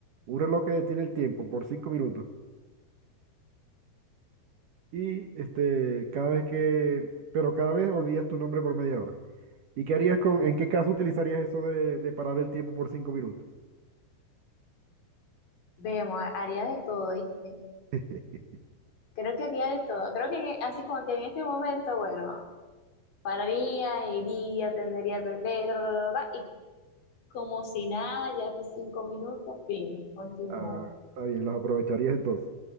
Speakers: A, on the right (about 60°); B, on the left (about 50°).
A: Un reloj que detiene el tiempo por 5 minutos y este, cada vez que, pero cada vez olvidas tu nombre por media hora. ¿Y qué harías con, en qué caso utilizarías eso de, de parar el tiempo por cinco minutos?
B: vemos, ha- haría de todo, ¿viste?
A: <laughs>
B: Creo que haría de todo. Creo que en- e, así como que en este momento, bueno, pararía, iría, atendería al bebé, ta, ta, ta, ta, y como si nada, ya fue cinco minutos, fino, continuó.
A: Ah, está bien, los aprovecharías entonces.